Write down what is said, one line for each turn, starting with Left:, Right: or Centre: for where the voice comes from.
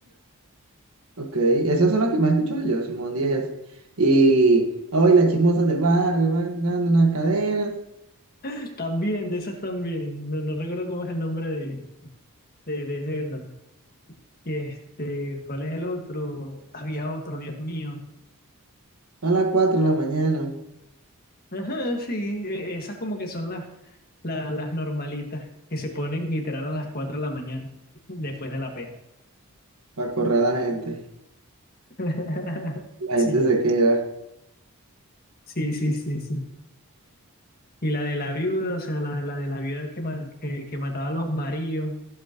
Right: Ok, esas son las que más escucho yo, Simón Díaz y así. Y hoy las chismosas del barrio van dando una cadena
Left: <laughs> también, de esas también. No, no recuerdo cómo es el nombre de, de, de ese cantante. Y este, ¿cuál es el otro? Había otro, Dios mío.
Right: a las 4 de la mañana
Left: Ajá, sí, e- esas como que son las, la- las normalitas que se ponen literal a las 4 de la mañana, después de la pea.
Right: para correr a la gente.
Left: <laughs>
Right: La
Left: Sí,
Right: gente se queda.
Left: sí, sí, sí, sí. Y la de la viuda, o sea, la, la de la viuda que, ma- que, que mataba a los maridos.